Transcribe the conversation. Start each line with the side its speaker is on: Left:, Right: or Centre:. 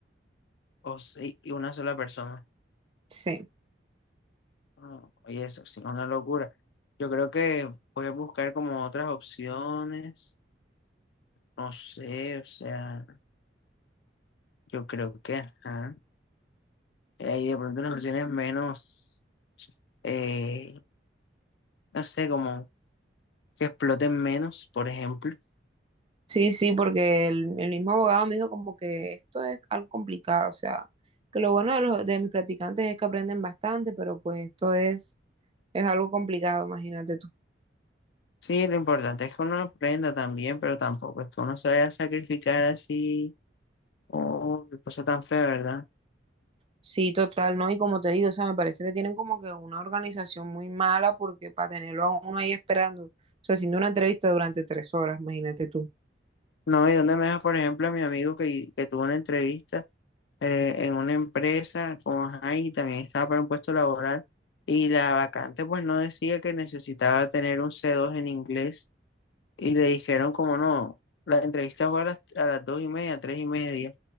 Left: O sí, y una sola persona.
Right: Sí.
Left: No, Oye, eso sí, es una locura. Yo creo que puedes buscar como otras opciones, no sé, o sea, yo creo que, ajá, hay de pronto unas opciones menos... Eh, no sé, como que exploten menos, por ejemplo.
Right: Sí, sí, porque el, el mismo abogado me dijo como que esto es algo complicado, o sea, que lo bueno de, los, de mis practicantes es que aprenden bastante, pero pues esto es Es algo complicado, imagínate tú.
Left: Sí, lo importante es que uno aprenda también, pero tampoco es que uno se vaya a sacrificar así o qué cosa tan fea, ¿verdad?
Right: Sí, total, ¿no? Y como te digo, o sea, me parece que tienen como que una organización muy mala porque para tenerlo a uno ahí esperando, o sea, haciendo una entrevista durante tres horas, imagínate tú.
Left: No, y donde me deja, por ejemplo, a mi amigo que, que tuvo una entrevista eh, en una empresa con Jaime y también estaba para un puesto laboral y la vacante pues no decía que necesitaba tener un c dos en inglés y le dijeron como no, la entrevista fue a las, a las dos y media, tres y media